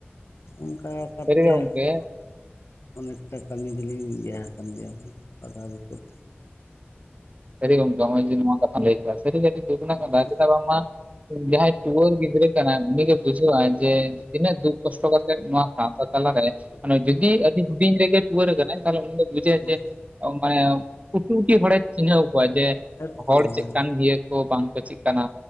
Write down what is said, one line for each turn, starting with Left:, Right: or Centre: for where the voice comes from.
Left: ᱚᱱᱠᱟᱛᱮ
Right: ᱥᱟᱹᱨᱤ ᱜᱮ ᱜᱚᱝᱠᱮ
Left: ᱟᱨᱚᱸ ᱚᱱᱮᱠᱴᱟ ᱠᱟᱹᱢᱤ ᱜᱮ ᱞᱤᱧ ᱤᱭᱟᱹ ᱟᱠᱟᱱ ᱜᱮᱭᱟ ᱵᱟᱫᱷᱟ ᱵᱤᱯᱚᱫ
Right: ᱥᱟᱹᱨᱤ ᱜᱚᱝᱠᱮ ᱱᱚᱜ ᱚᱭ ᱡᱮ ᱱᱚᱣᱟ ᱠᱟᱛᱷᱟ ᱞᱟᱹᱭ ᱠᱮᱫᱟ ᱥᱟᱹᱨᱤ ᱜᱮ ᱟ. ᱰᱤ <unintelligible>
Left: ᱦᱩᱸ
Right: ᱡᱟᱦᱟᱸᱭ ᱴᱩᱟᱹᱨ ᱜᱤᱫᱽᱨᱟᱹ ᱠᱟᱱᱟ ᱩᱱᱤ ᱜᱮ ᱵᱩᱡᱷᱟᱹᱟᱭ ᱡᱮ ᱛᱤᱱᱟᱹᱜ ᱫᱩᱠ ᱠᱚᱥᱴᱚ ᱠᱟᱛᱮᱜ ᱱᱚᱣᱟ ᱥᱟᱶᱛᱟ ᱛᱟᱞᱟᱨᱮ <unintelligible> ᱡᱩᱫᱤ ᱟᱹᱰᱤ ᱦᱩᱰᱤᱧ ᱨᱮᱜᱮ ᱴᱩᱣᱟᱹᱨ ᱟᱠᱟᱱᱟᱭ ᱛᱟᱦᱚᱞᱮ ᱩᱱᱤ ᱫᱚᱭ ᱵᱩᱡᱟᱹᱭᱟ
Left: ᱦᱩᱸ
Right: ᱡᱮ ᱚ ᱢᱟᱱᱮ ᱩᱴᱤ ᱩᱴᱤ ᱦᱚᱲᱮ ᱪᱤᱱᱦᱟᱹᱣ ᱠᱚᱣᱟ ᱡᱮ
Left: ᱮᱠᱫᱚᱢ
Right: ᱦᱚᱲ ᱪᱮᱫ
Left: ᱦᱮᱸ
Right: ᱠᱟᱱ ᱜᱤᱭᱟ ᱠᱚ ᱵᱟᱝ ᱠᱚ ᱪᱮᱫ ᱠᱟᱱᱟ